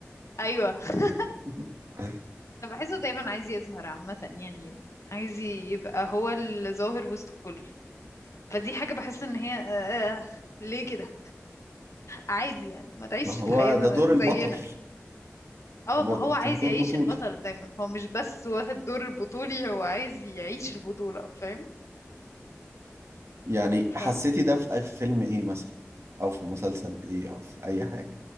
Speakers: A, on the left; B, on the right.
A: ايوه <laughs>
B: <laughs>
A: انا بحسه دايما عايز يظهر عامه يعني عايز يبقى هو الظاهر وسط الكل فدي حاجه بحس ان هي أه آه، ليه كده عادي يعني ما تعيش
B: ما هو
A: الحياة
B: ده
A: ما-
B: دور البطل
A: زينا اه
B: هو
A: ما
B: محطوط
A: هو عايز
B: دور
A: يعيش
B: بطولي
A: البطل دايما هو مش بس واخد دور البطولي هو عايز يعيش البطولة فاهم
B: يعني
A: ف
B: حسيتي ده في في فيلم ايه مثلا او في مسلسل ايه او في اي حاجه